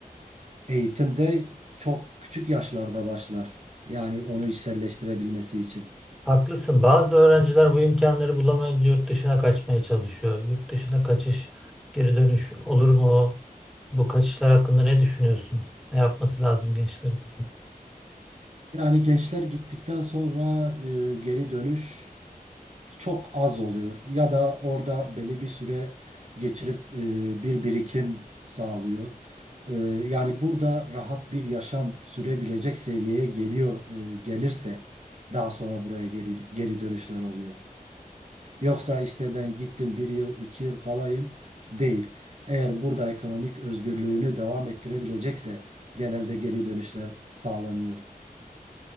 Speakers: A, on the right (about 50°); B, in the centre.
A: e, eğitim de çok küçük yaşlarda başlar. Yani onu içselleştirebilmesi için.
B: Haklısın. Bazı öğrenciler bu imkanları bulamayınca yurt dışına kaçmaya çalışıyor. Yurt dışına kaçış, geri dönüş olur mu? Bu kaçışlar hakkında ne düşünüyorsun? Ne yapması lazım gençlerin?
A: Yani gençler gittikten sonra e, geri dönüş çok az oluyor ya da orada belli bir süre geçirip e, bir birikim sağlıyor. E, yani burada rahat bir yaşam sürebilecek seviyeye geliyor e, gelirse daha sonra buraya geri, geri dönüşler oluyor. Yoksa işte ben gittim bir yıl iki yıl kalayım değil. Eğer burada ekonomik özgürlüğünü devam ettirebilecekse genelde geri dönüşler sağlanıyor.